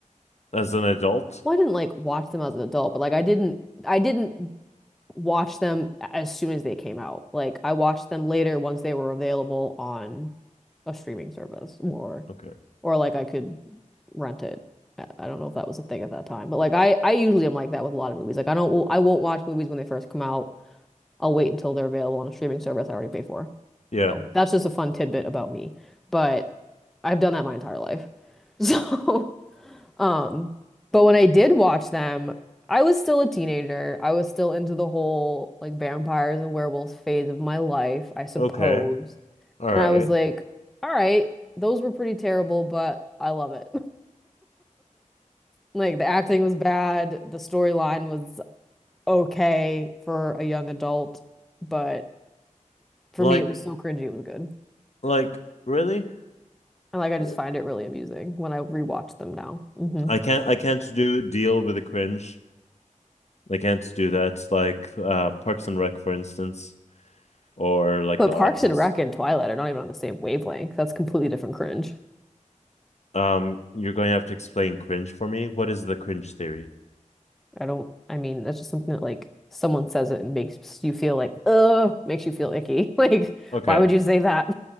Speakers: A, on the left (about 55°); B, in the centre.
A: As an adult?
B: well, I didn't like watch them as an adult, but like I didn't, I didn't watch them as soon as they came out. Like I watched them later once they were available on a streaming service or
A: Okay.
B: or like I could rent it. I I don't know if that was a thing at that time, but like I I usually am like that with a lot of movies. Like I don't I won't watch movies when they first come out. I'll wait until they're available on a streaming service I already pay for.
A: Yeah.
B: So that's just a fun tidbit about me. But I've done that my entire life. <laughs> So, um, but when I did watch them, I was still a teenager. I was still into the whole like vampires and werewolves phase of my life, I suppose.
A: Okay. All
B: And
A: right.
B: I was like, all right, those were pretty terrible, but I love it. Like the acting was bad, the storyline was okay for a young adult, but for
A: Like,
B: me it was so cringy it was good.
A: like, really?
B: And like I just
A: Really?
B: find it really amusing when I rewatch them now. hmm
A: I can't, I can't do deal with the cringe. I can't do that. Like, uh, Parks and Rec, for instance, or like
B: But
A: The
B: Parks
A: Office.
B: and Rec and Twilight are not even on the same wavelength. That's completely different cringe.
A: Um, you're going to have to explain cringe for me. What is the cringe theory?
B: I don't, I mean, that's just something that like someone says it and makes you feel like, ugh, makes you feel icky. <laughs> Like,
A: Okay.
B: why would you say that?